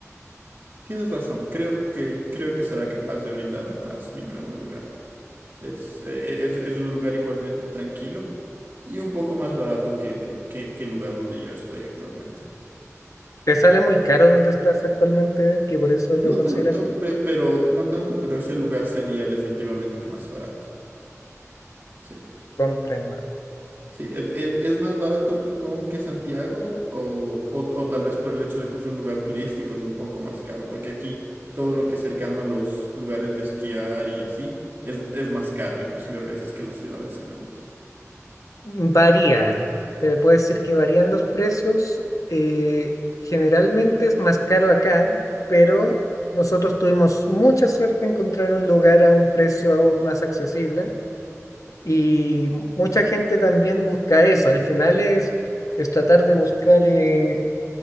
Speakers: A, on the right (about 40°); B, on the left (about 80°).
A: Tienes razón, creo que, creo que será capaz de brindarme paz mi nuevo lugar. Es, eh, es, es un lugar igualmente tranquilo y un poco más barato que, que, que el lugar donde yo estoy actualmente.
B: ¿Te sale muy caro donde estás actualmente, que por eso lo
A: No
B: consideraste?
A: tanto, pe- pero, no tanto, pero ese lugar sería definitivamente más barato. Sí.
B: Comprendo.
A: Sí, ¿es, es- es más barato Pucón que Santiago? O, o- o tal vez por el hecho de que es un lugar turístico es un poco más caro, porque aquí todo lo que es cercano a los lugares de esquiar y así es, es más caro, inclusive a veces que las ciudades grandes.
B: Varía, te puedo decir que varían los precios. eh, generalmente es más caro acá, pero nosotros tuvimos mucha suerte en encontrar un lugar a un precio más accesible y mucha gente también busca eso. Al final es, es tratar de buscar eh,